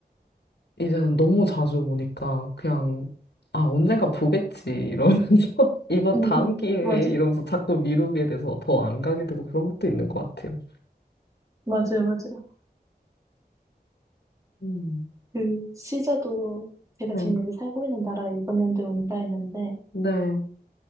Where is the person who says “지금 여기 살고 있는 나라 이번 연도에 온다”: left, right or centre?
Right